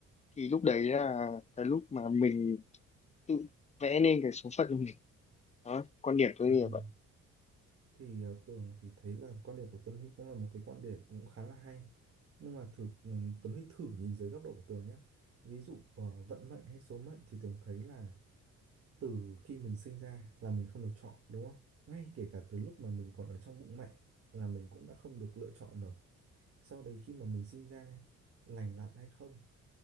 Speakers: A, on the left; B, on the right.
A: thì lúc đấy là cái lúc mà mình tự vẽ nên cái số phận của mình đó quan điểm tôi
B: Ừ.
A: như vậy
B: Thì ờ, Tường thì thấy là quan điểm của Tuấn Huy cũng là một cái quan điểm cũng khá là hay nhưng mà thử ừ, Tuấn Huy thử nhìn dưới góc độ của Tường nhá ví dụ ờ, vận mệnh hay số mệnh thì Tường thấy là từ khi mình sinh ra là mình không được chọn đúng không? Ngay kể cả từ lúc mà mình còn ở trong bụng mẹ là mình cũng đã không được lựa chọn rồi. Sau đấy khi mà mình sinh ra lành lặn hay không